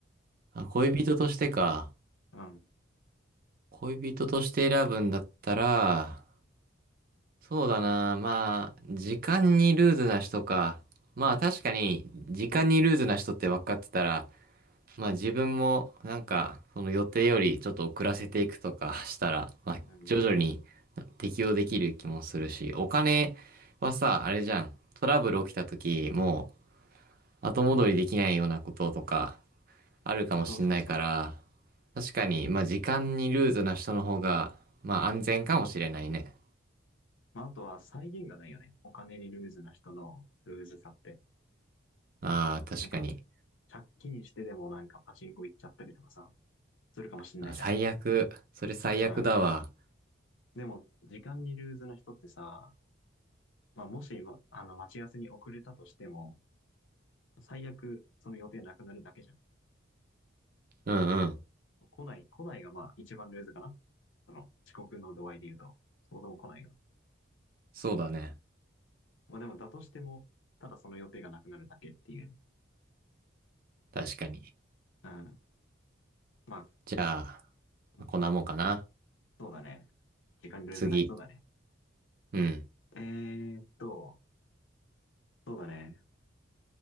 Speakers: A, on the right (about 50°); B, on the left (about 75°).
A: あ、恋人としてか。
B: うん。
A: 恋人として選ぶんだったら、そうだな。まあ、時間にルーズな人か。まあ確かに、時間にルーズな人って分かってたら、まあ自分もなんか、その予定よりちょっと遅らせていくとかしたら、まあ徐々に
B: うんうん。
A: 適応できる気もするし、お金はさ、あれじゃん。トラブル起きた時、もう後戻りできないようなこととか、あるかもしんないから、
B: そうそうそう。
A: 確かに、まあ時間にルーズな人の方が、まあ安全かもしれないね。
B: まあ、あとは、際限がないよね。お金にルーズな人のルーズさって。
A: ああ、確かに。
B: なんか、借金してでもなんかパチンコ行っちゃったりとかさ、するかもしんないじゃん。
A: あ最悪。それ最悪だわ。
B: うん。でも、時間にルーズな人ってさ、まあ、もし、まあの、待ち合わせに遅れたとしても、最悪、その予定なくなるだけじゃん。
A: うんうん。
B: 来ない、来ないがまあ一番ルーズかな。その遅刻の度合いで言うと、そもそも来ないが。
A: そうだね。
B: まあでもだとしても、ただその予定がなくなるだけっていう。
A: 確かに。
B: うん。まあ、
A: じゃあ、
B: うん
A: まあこんなもんかな。
B: そうだね。時間ルーズな人だね。
A: 次。うん。
B: えーっと、そうだね。